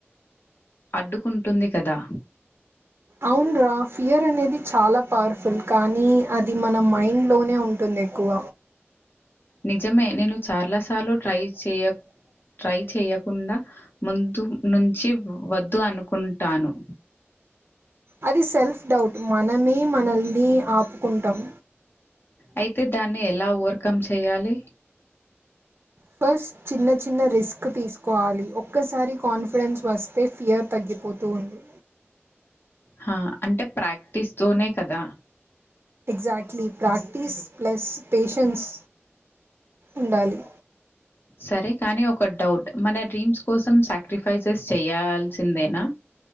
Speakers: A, on the left; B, on the right.
A: అడ్డుకుంటుంది కదా
B: అవున్రా ఫియర్ అనేది చాలా పవర్ఫుల్ కానీ అది మన మైండ్ లోనే ఉంటుంది ఎక్కువ
A: నిజమే నేను చాలాసార్లు ట్రై చేయ ట్రై చేయకుండా ముందు నుంచి వద్దు అనుకుంటాను
B: అది సెల్ఫ్ డౌట్ మనమే మనల్ని ఆపుకుంటాం
A: అయితే దాన్ని ఎలా ఓవర్కమ్ చెయ్యాలి
B: ఫస్ట్ చిన్న చిన్న రిస్క్ తీసుకోవాలి ఒక్కసారి కాన్ఫిడెన్స్ వస్తే ఫియర్ తగ్గిపోతూ ఉంది
A: హా అంటే ప్రాక్టీస్ తోనే కదా
B: గ్జాక్ట్లీ ప్రాక్టీస్ ప్లస్ పేషన్స్ ఉండాలి
A: సరే కానీ ఒక డౌట్ మన డ్రీమ్స్ కోసం సాక్రిఫైసెస్ చెయ్యాల్ సిందేనా